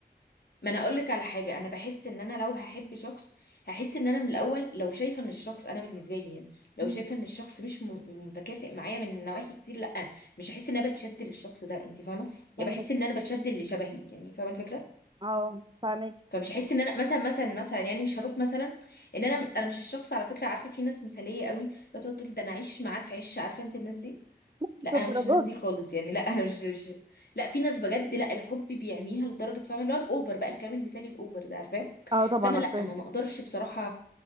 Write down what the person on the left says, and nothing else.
ما انا اقول لك على حاجه انا بحس ان انا لو هحب شخص هحس ان انا من الاول لو شايفه ان الشخص انا بالنسبه لي يعني لو
شايفه ان الشخص مش م- متكافئ معايا من نواحي كتير لا مش هحس ان انا بتشد للشخص ده انت فاهمه
يعني بحس ان انا بتشد اللي شبهي يعني فاهمه الفكره
فمش هحس ان انا مثلا مثلا مثلا يعني مش هروح مثلا ان انا انا مش الشخص على فكره عارفه في ناس مثاليه قوي بتقعد تقول ده انا عايش معاه في عش عارفه انت الناس دي
لا
انا مش الناس دي
خالص يعني لا انا مش, مش لا في ناس بجد لا الحب بيعميها لدرجه فاهمه اللي هو الاوفر بقى الكلام المثالي الاوفر ده عارفاه
فانا
لا انا
ما اقدرش بصراحه